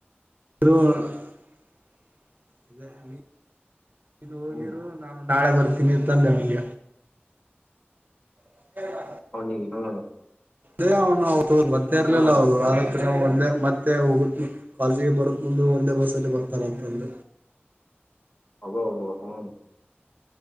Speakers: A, on the right (about 45°); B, on the left (about 30°).
A: <unintelligible> <inaudible> ನೀನು ಹೋಗಿರು
B: ಹ್ಮ್
A: ನಾನು ನಾಳೆ ಬರ್ತೀನಿ ತಂದೆ ಅವಂಗ್. <unintelligible>
B: ಅವನಿಗ್ ಹಾ
A: ಎ ಅವ್ನು ಗೊತ್ತೆ ಇರ್ಲಿಲ್ಲ
B: ಹಾ
A: ಅವ್ರು ಆದ ಒಂದೇ ಮತ್ತೆ ಹೋಗುತ್ ಮೂ ಕಾಲೆಜಿಗೆ ಬರೋತ್ ಮುಂದ ಒಂದೇ ಬಸ್ಸಲ್ಲಿ ಬರ್ತಾರ ಅಂತಂದ.
B: ಅಬೊ ಅಬೊ ಹ್ಮ.